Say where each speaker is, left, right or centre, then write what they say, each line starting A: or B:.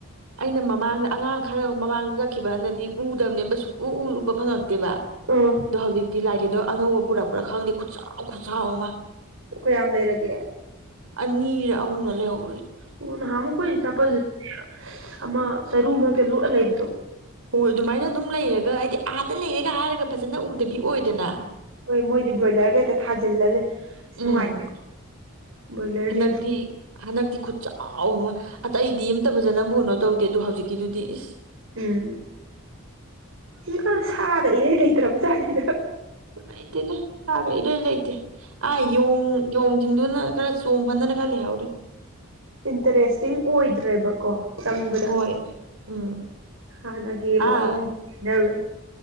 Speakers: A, on the right; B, on the right.
A: ꯑꯩꯅ ꯃꯃꯥꯡꯗ ꯑꯉꯥꯡ ꯈꯔ ꯃꯃꯥꯡꯗ ꯆꯠꯈꯤꯕ ꯍꯥꯟꯗꯗꯤ ꯎꯗꯕꯅꯦꯕ ꯁꯨꯡꯎ ꯎ ꯎꯕ ꯐꯪ ꯇꯦꯕ
B: ꯑꯥ
A: ꯑꯗꯣ ꯍꯧꯖꯤꯛꯇꯤ ꯂꯥꯏꯔꯦꯜꯗꯣ ꯑꯅꯧꯕ ꯄꯨꯔꯛ ꯄꯨꯔ ꯈꯪꯗ ꯈꯨꯠꯆꯥꯎ ꯈꯨꯠꯆꯑꯣ ꯑꯃ
B: ꯑꯣ ꯀꯌꯥꯝ ꯂꯩꯔꯒꯦ
A: ꯑꯅꯤꯔ ꯑꯍꯨꯝꯂ ꯂꯩꯍꯧ
B: ꯑꯣ ꯅꯍꯥꯛꯃꯨꯛ ꯆꯄꯜ <unintelligible> ꯑꯃ ꯆꯔꯨ ꯃꯔꯛꯇ ꯂꯣꯠꯑ ꯂꯩꯕꯗꯣ
A: ꯍꯣꯏ ꯑꯗꯨꯃꯥꯏꯅ ꯑꯗꯨꯝ ꯂꯩꯔꯒ ꯍꯥꯏꯗꯤ ꯑꯥꯗ ꯂꯩꯔꯦꯒ ꯍꯥꯏꯔꯒ ꯐꯖꯅ ꯎꯗꯕꯤ ꯑꯣꯏꯗꯅ
B: ꯍꯣꯏ ꯃꯣꯏꯗꯤ ꯕ꯭ꯔꯣꯏꯂꯔꯗ ꯍꯦꯛꯇ ꯊꯥꯖꯤꯜꯂ ꯂꯩ ꯑꯁ
A: ꯎꯝ
B: ꯅꯨꯡꯉꯥꯏ ꯕ꯭ꯔꯣꯏꯂꯔꯁꯤꯡꯗꯣ
A: ꯍꯟꯗꯛꯇꯤ ꯍꯟꯗꯛꯇꯤ ꯈꯨꯠꯆꯥ ꯑꯥꯎ ꯑꯃ ꯑꯇꯩꯗꯤ ꯑꯝꯇ ꯐꯖꯅꯕꯨꯅꯣ ꯇꯧꯗꯦ ꯑꯗꯨ ꯍꯧꯖꯤꯛꯀꯤꯗꯨꯗꯤ ꯏꯁ
B: ꯎꯝ ꯍꯨꯖꯤꯛꯀꯥꯟ ꯁꯥꯒ ꯏꯔꯩ ꯂꯩꯇ꯭ꯔꯕ ꯖꯥꯠꯅꯤꯗ
A: ꯂꯩꯇꯦꯗ ꯁꯥꯒ ꯏꯔꯩ ꯂꯩꯇꯦ ꯑꯥ ꯌꯣꯡ ꯌꯣꯡ ꯆꯤꯡꯗꯨꯅ ꯈꯔ ꯆꯣꯡ ꯐꯟꯗꯅ ꯈꯔ ꯂꯩꯍꯧꯔꯤ
B: ꯏꯟꯇꯔꯦꯁꯇꯤꯡ ꯑꯣꯏꯗ꯭ꯔꯦꯕꯀꯣ ꯆꯪꯕꯗ
A: ꯍꯣꯏ ꯎꯝ
B: ꯍꯥꯟꯅꯒꯤ ꯃꯑꯣꯡ
A: ꯑꯥ
B: ꯍꯥꯏꯅꯔꯨꯔ